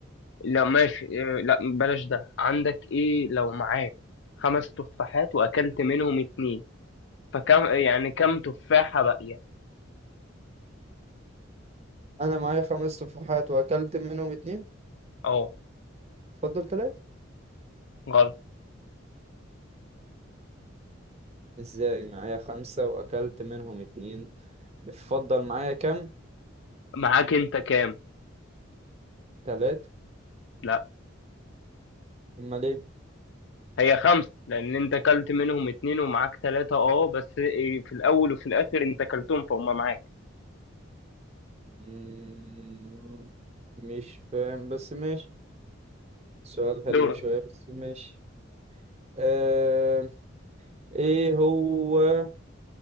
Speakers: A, on the left (about 65°); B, on the right (about 35°).
A: لا ماشي آه لا بلاش ده عندك إيه لو معاك خمس تفاحات وأكلت منهم اتنين فكم يعني كم تفاحة باقية
B: انا معايا خمس تفاحات واكلت منهم اتنين
A: أه
B: اتفضل تلاتة
A: غلط
B: ازاي معايا خمسة واكلت منهم اتنين اتفضل معايا كام
A: معاك أنت كام؟
B: تلاتة
A: لا
B: امال ايه
A: هي خمسة لأن أنت أكلت منهم اتنين ومعاك تلاتة أه بس في الأول وفي الآخر أنت أكلتهم فهم معاك
B: مم، مش فاهم بس ماشي سؤال غريب
A: دورك
B: شوية بس ماشي أه... ايه هو